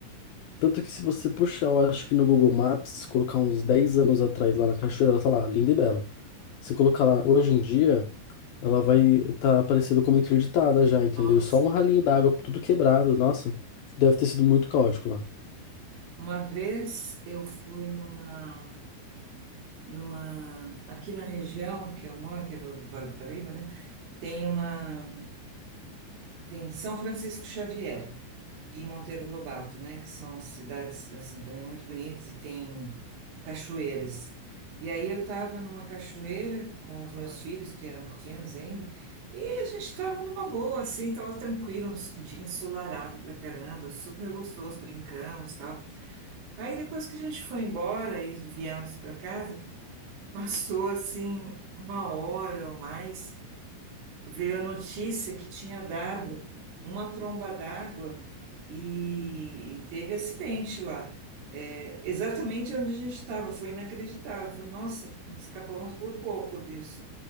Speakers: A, on the left; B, on the right.
A: Tanto que se você puxar, eu acho que no Google Maps, colocar uns 10 anos atrás lá na cachoeira, ela tá lá, linda e bela. Se colocar lá hoje em dia. Ela vai tá aparecendo como interditada já, entendeu?
B: nossa.
A: E só um ralinho d'água, tudo quebrado. Nossa, deve ter sido muito caótico lá.
B: Uma vez eu fui numa, numa, aqui na região que eu moro, que é o Vale do Paraíba, né? Tem uma, tem São Francisco Xavier. e Monteiro Lobato, né, que são cidades assim também muito bonitas e tem cachoeiras. E aí eu estava numa cachoeira com os meus filhos, que eram pequenos ainda, e a gente estava numa boa, assim, estava tranquilo, um dia ensolarado pra caramba, super gostoso, brincamos, tal. Aí depois que a gente foi embora e viemos para casa, passou assim uma hora ou mais veio a notícia que tinha dado uma tromba d'água e, e teve acidente lá. É, exatamente onde a gente estava, foi inacreditável. Falei, Nossa, escapamos por pouco disso.